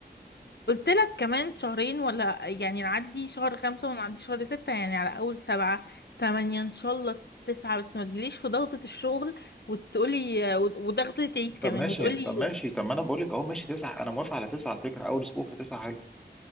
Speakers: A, on the left; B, in the centre.
A: قلت لك كمان شهرين ولا يعني نعدي شهر خمسة ونعدي شهر ستة يعني على اول سبعة تمانية ان شاء الله تسعة بس ما تجيليش في ضغطة الشغل وتقولي وضغطة العيد كمان
B: طب ماشي
A: وتقولي
B: طب ماشي طب ما انا بقول لك اهو ماشي تسعه انا موافق على تسعه على فكره اول اسبوع في تسعه حلو